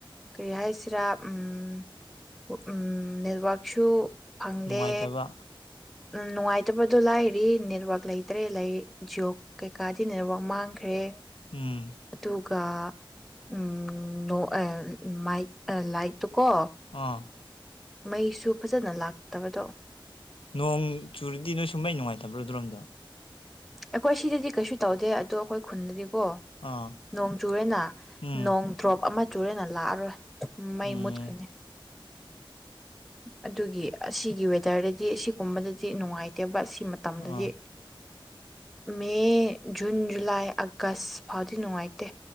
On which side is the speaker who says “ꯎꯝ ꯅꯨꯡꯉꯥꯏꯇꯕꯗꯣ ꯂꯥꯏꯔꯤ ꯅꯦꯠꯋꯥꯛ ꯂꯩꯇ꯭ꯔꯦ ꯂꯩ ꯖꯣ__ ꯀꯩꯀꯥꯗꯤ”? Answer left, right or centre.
Centre